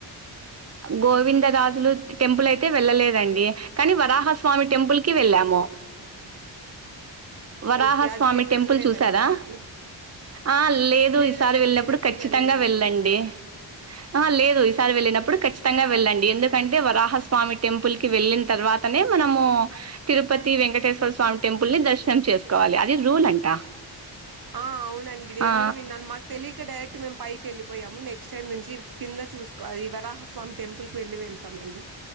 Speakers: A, on the right (about 35°); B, on the right (about 50°).
A: గోవిందరాజులు టెంపుల్ అయితే వెళ్ళలేదండి. కానీ వరాహస్వామి టెంపుల్ కి వెళ్ళాము. వరాహస్వామి
B: ఓకే అది నేను
A: టెంపుల్
B: వెళ్ళలేదండి
A: చూసారా.
B: దానికి
A: ఆ లేదు
B: లేదండి
A: ఈసారి వెళ్ళినప్పుడు
B: నేను ఎప్పుడు
A: ఖచ్చితంగా
B: వెళ్ళలేదు
A: వెళ్ళండి. ఆ లేదు ఈసారి వెళ్ళినప్పుడు క ఖచ్చితంగా వెళ్ళండి. ఎందుకంటే వరాహస్వామి టెంపుల్ కి వెళ్ళిన తర్వాతనే మనము తిరుపతి వెంకటేశ్వర స్వామి టెంపుల్ ని దర్శనం చేసుకోవాలి. అది రూల్ అంట
B: ఆ అవునండి. నేను
A: ఆ!
B: కూడా విన్నాను మాకు తెలియక డైరెక్ట్ మేము పైకి వెళ్ళిపోయాము. నెక్స్ట్ టైం నుంచి కింద చూసుకోవాలి ఇ వరాహస్వామి టెంపుల్కి వెళ్ళి వెళ్తామండి.